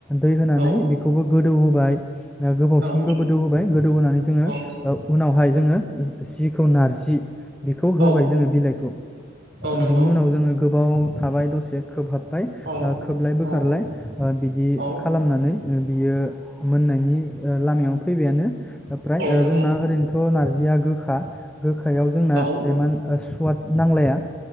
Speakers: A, in the centre; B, on the right (about 55°).
A: दै होनानै
B: औ
A: बेखौबो गोदौ होबाय। ओ गोबावसिम
B: औ
A: बो बोदौ होबाय गोदौ होनोनानै जोङो
B: औ
A: ओ उनावहाय जोङो जिखौ नारजि बिखौ
B: औ
A: होबाय जोङो बिलाइखौ
B: औ नंगौ
A: बिनि उनाव जोङो गोबाव थाबाय दसे खोबहाब फाय
B: औ
A: आ खोबलाय बोखारलाय
B: औ
A: ओ बिदि
B: औ
A: खालामनानै उम बियो मोननायनि ओ लामायाव फैबायानो। ओमफ्राय
B: औ
A: ओ
B: नंगौ
A: जोंना ओरैनोथ' नारजि जिया गोखा गोखायाव जोंना
B: औ
A: हान ओ सुवाद नांलाया।